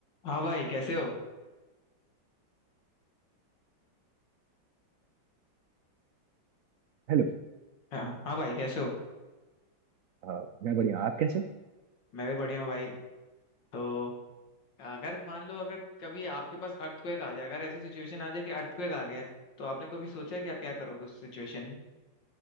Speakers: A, on the left (about 70°); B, on the right (about 85°).
A: हाँ भाई कैसे हो
B: Hello
A: हाँ हाँ भाई कैसे हो
B: अ, मैं बढ़िया आप कैसे हो?
A: मैं भी बढ़िया हूँ भाई तो अगर मान लो अगर कभी आपके पास अर्थक्वेक आ जाए अगर ऐसी सिचुएशन आ जाए कि अर्थक्वेक आ गया तो आपने कभी सोचा है कि आप क्या करोगे उस सिचुएशन में